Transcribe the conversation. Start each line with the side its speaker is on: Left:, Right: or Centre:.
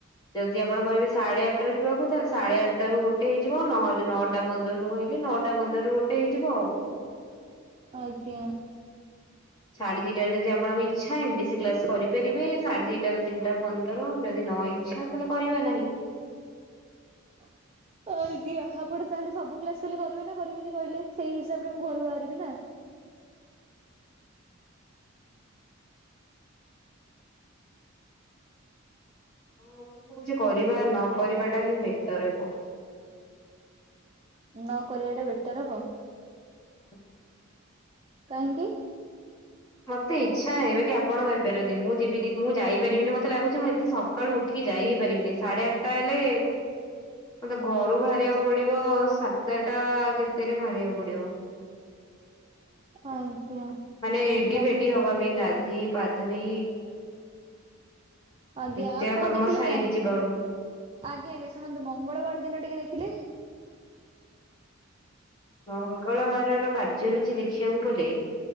Left: ଯଦି ଆପଣ କହିବେ ସାଢେଆଟାରେ ଯିବାକୁ ତାହେଲେ ସାଢ଼େଆଠଟାରୁ ଗୋଟେ ହେଇଯିବ ନହଲେ ନଅଟା ପନ୍ଦରରୁ କହିଲେ ନଅଟା ପନ୍ଦରରୁ ଗୋଟେ ହେଇଯିବ ଆଉ।
Right: ଆଜ୍ଞା।
Left: ସାଢେ ଦିଟାରେ ଯଦି ଆପଣଙ୍କ ଇଚ୍ଛା ଏମିତି ସେ କ୍ଲାସ କରିପାରିବେ। ସାଢେ ଦିଟା ରରୁ ତିନିଟା ପନ୍ଦର ଯଦି ନଇ ଛା ତାହାଲେ କରିବା ନାହିଁ।
Right: <inaudible> ଆଜ୍ଞା। ଆପଣ ତାହେଲେ ସବୁ କ୍ଲାସ କାଲି କରିବେ ନା କରିବେନି କହିଲେ? ସେଇ ହିସାବରେ ମୁଁ ଘରୁ ବାହାରିବି ନା।
Left: ହଁ ମୁଁ କହୁଚି କରିବା ନକରିବା ଟା ହିଁ ବେଟର ହେବ।
Right: ନକରିବା ଟା ବେଟର ହେବ।
Left: <inaudible>
Right: କାହିଁକି?
Left: ମତେ ଇଚ୍ଛାନାହିଁ। ବାକି କି ଆପଣ ଯାଇପାରନ୍ତି। ମୁଁ ଯିବିନି ମୁଁ ଯାଇପାରିବିନି ମତେ ଲାଗୁଛି ମୁଁ ଏତେ ସ ସକାଳୁ ଉଠିକି ଯାଇହିଁ ପାରିବିନି। ସାଢେ ଆଠଟା ହେଲେ ମତେ ଘରୁ ବାହାରିବାକୁ ପଡିବ, ସାତଟା କେତେରେ ବାହାରିବାକୁ ପଡିବ।
Right: ଆଜ୍ଞା।
Left: ମାନେ
Right: ମ
Left: ରେଡି ହବା ପାଇଁ ଗାଧୋଇ ପାଧୋଇ
Right: ଆଜ୍ଞା।
Left: ନିତ୍ୟ
Right: ଆପଣ
Left: କର୍ମ
Right: ଦେଖିଲେ
Left: ସାରିକି
Right: ମଙ୍ଗ,
Left: ଯିବା ବେଳୁ
Right: ଆଜ୍ଞା ଆଜ୍ଞା ଶୁଣନ୍ତୁ ମଙ୍ଗଳବାର ଦିନ ଟିକେ ଦେଖିଲେ।
Left: ମଙ୍ଗଳବାରର କାର୍ଯ୍ୟରୁଚି ଦେଖିବାକୁ ଗଲେ